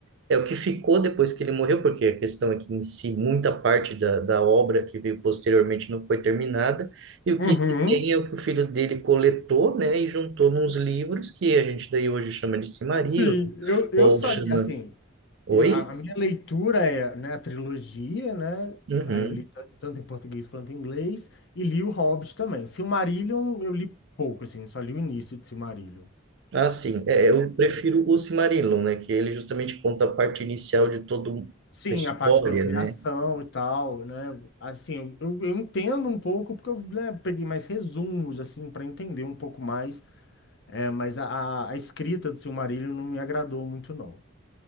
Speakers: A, on the right (about 60°); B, on the left (about 60°).
A: é o que ficou depois que ele morreu, porque a questão é que em si muita parte da, da obra que veio posteriormente não foi terminada, e o
B: Uhum.
A: que se tem é o que o filho dele coletou, né, e juntou nos livros que a gente daí hoje chama de Cimarillo,
B: Sim, eu, eu
A: ou
B: só,
A: chama...
B: li- assim,
A: Oi?
B: eu, a, a minha leitura é, né, a trilogia, né?
A: Uhum.
B: Aí eu li t- tanto em português quanto em inglês e li o Hobbit também. Silmarillion eu li pouco, assim, só li o início de Silmarillion.
A: Ah, sim. É, é, eu prefiro o Cimarillo, né, que ele justamente conta a parte inicial de toda
B: Sim,
A: a história,
B: a parte da criação
A: né?
B: e tal, né? Assim, eu, eu entendo um pouco porque eu, né, peguei mais resumos, assim, para entender um pouco mais, é, mas a, a a escrita do Silmarillion não me agradou muito, não.